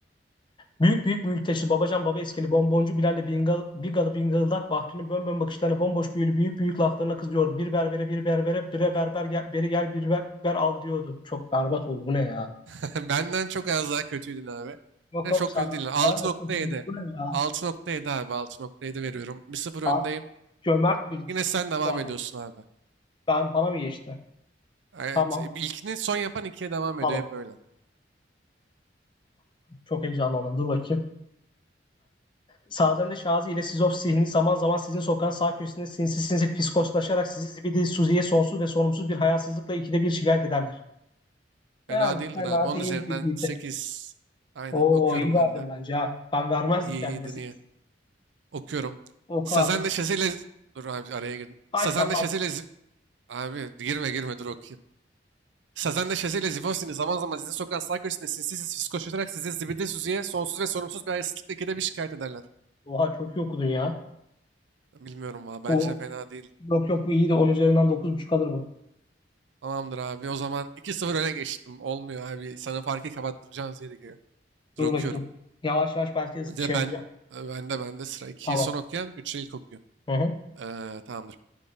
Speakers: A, on the left; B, on the right.
A: büyük büyük büyük teşli babacan baba eskili bonboncu Bilal'le bingal, Bigalı bingıldak Bahri'nin bön bön bakışlarına bomboş büyülü büyük büyük laflarına kızıyordu. Bir berbere bir berbere bire berber gel, beri gel bir berber al diyordu. Çok berbat oldu bu ne ya?
B: <laughs> Benden çok az daha kötüydün abi.
A: Yok
B: Yani
A: yok
B: çok
A: senden
B: kötü değil. altı
A: bayağı
B: nokta
A: kötü bir
B: yedi
A: süre ya.
B: altı nokta yedi abi altı nokta yedi veriyorum. 1 sıfır
A: Abi,
B: öndeyim.
A: cömert bir
B: Yine sen devam
A: puan
B: ediyorsun
A: oldu.
B: abi.
A: Ben, bana mı geçti?
B: Evet,
A: Tamam.
B: e, ilkini son yapan ikiye devam
A: Tamam.
B: ediyor hep öyle.
A: Çok heyecanlandım. Dur bakayım. Sazende Şazi ile Sizof Sihni zaman zaman sizin sokağın sağ köşesinde sinsi sinsi fiskoslaşarak sizi zibidi Suzi'ye sonsuz ve sorumsuz bir hayasızlıkla ikide bir şikayet ederler. Yani
B: Fena değildin
A: fena
B: abi. 10
A: değil
B: üzerinden
A: gibiydi.
B: 8. Aynen
A: Oo
B: okuyorum
A: iyi
B: ben
A: verdim
B: de.
A: bence ha. Ben vermezdim
B: İyi
A: kendime
B: iyiydin
A: sekiz.
B: iyi. Okuyorum.
A: Oku
B: Sazen
A: abi.
B: de Şazel'e... Dur abi araya girdim.
A: Baştan
B: Sazen de
A: baş.
B: Şazel'e... Zi- Abi girme girme dur okuyayım. Sazen de Şazel'e Zivostin'i zaman zaman size sokan sarkoçine sinsiz fiskoşlatarak sizi zibidi suziye sonsuz ve sorumsuz bir hayasızlıkla ikide bir şikayet ederler.
A: Oha çok iyi okudun ya.
B: Bilmiyorum valla bence
A: Bu
B: de fena değildi.
A: yok yok bu iyiydi. on üzerinden dokuz buçuk alır bu.
B: Tamamdır abi o zaman iki sıfır öne geçtim. Olmuyor abi sana farkı kapattıracağım gerekiyor. Dur
A: Dur
B: okuyorum.
A: bakayım. Yavaş yavaş belki
B: Mesela
A: şey yapacağım.
B: ben e, ben de ben de sıra 2'yi
A: Tamam.
B: son okuyan 3'e ilk okuyor.
A: Hı hı.
B: Ee, tamamdır.